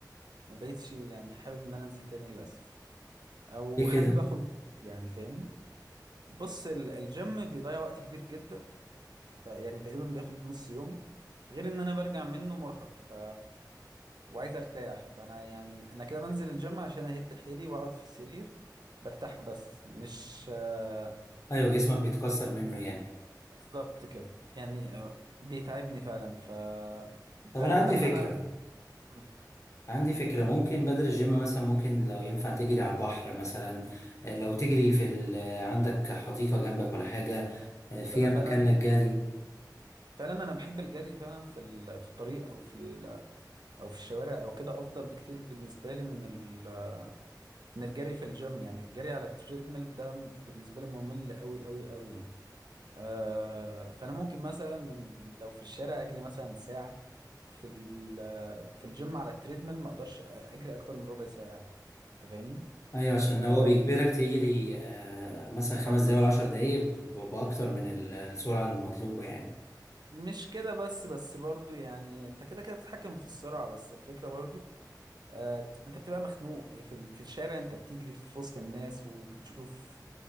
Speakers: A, on the right; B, on the left.
A: ما بقيتش يعني حابب ان انا انزل تاني للاسف او
B: ليه
A: حابب
B: كده
A: اخد يعني فاهمني بص ال- الجيم بيضيع وقت كبير جدا فيعني تقريبا بياخد نص يومي غير ان انا برجع منه مرهق ف وعايز ارتاح فانا يعني انا كده بنزل الجيم عشان اهد حيلي واقعد في السرير برتاح بس مش آه،
B: ايوه جسمك بيتكسر منه يعني
A: بالظبط كده يعني آه، بيتعبني فعلا ف ب-
B: طب انا عندي
A: بدل
B: فكره
A: ما انا مم.
B: عندي فكره ممكن بدل الجيم مثلا ممكن لو ينفع تجري على البحر مثلا آه، لو تجري في ال... آه، عندك حديقه جنبك ولا حاجه آه، فيها
A: انا فعلا
B: مكان للجري
A: فعلا انا بحب الجري فعلا في ال- في الطريق او في ال... او في الشوارع او كده افضل بكتير بالنسبه لي من ال... من الجري في الجيم يعني الجري على التريدميل ده بالنسبه لي ممل قوي قوي قوي يعني آه، فانا ممكن مثلا لو في الشارع اجري مثلا ساعه في ال- في الجيم على التريدميل ما اقدرش اجري اكتر من ربع ساعه انت فاهمني
B: ايوه عشان
A: آه،
B: هو بيجبرك تجري آه، مثلا خمس
A: طب
B: دقايق ولا عشر دقايق ب- ب- باكتر من ال- السرعه المطلوبه يعني
A: مش كده بس بس برضو يعني انت كده كده بتتحكم في السرعه بس الفكره برضو آه، انت بتبقى مخنوق في ال- في الشارع انت بتجري في وسط الناس وبتشوف